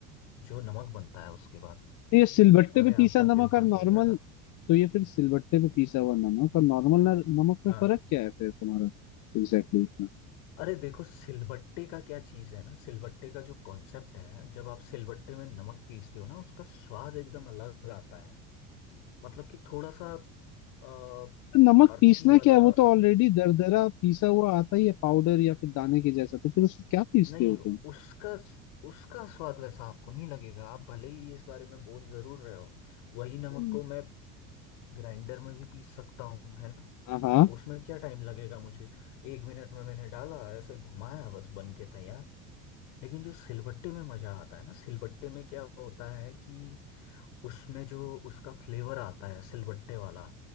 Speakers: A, on the left; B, on the left.
A: जो नमक बनता है उसके बाद
B: तो ये सिलबट्टे
A: अरे
B: पे
A: आपका
B: पीसा नमक
A: दिल खुश
B: और नॉर्मल
A: हो जाएगा
B: तो ये फिर सिलबट्टे पे पीसा हुआ नमक और नॉर्मल नमक में
A: हाँ
B: फर्क क्या है फिर तुम्हारा एग्जैक्टली इतना
A: अरे देखो सिलबट्टे का क्या चीज़ है ना सिलबट्टे का जो कॉन्सेप्ट है जब आप सिलबट्टे में नमक पीसते हो ना उसका स्वाद एकदम अलग आता है मतलब कि थोड़ा सा अ,
B: नमक
A: अर्थी
B: पीसना
A: वाला
B: क्या है वो तो ऑलरेडी दरदरा पीसा हुआ आता ही है पाउडर या फिर दाने के जैसा तो फिर उसको क्या पीसते
A: नहीं
B: हो तुम
A: उसका उसका स्वाद वैसा आपको नहीं लगेगा आप भले ही इस बारे में बोल जरूर रहे हो वही नमक
B: हम्म,
A: को मैं ग्राइंडर में भी पीस सकता हूँ है ना
B: हाँ हाँ
A: उसमें क्या टाइम लगेगा मुझे एक मिनट में मैंने डाला ऐसे घुमाया बस बन के तैयार लेकिन जो सिलबट्टे में मजा आता है ना सिलबट्टे में क्या होता है कि उसमें जो उसका फ्लेवर आता है सिलबट्टे वाला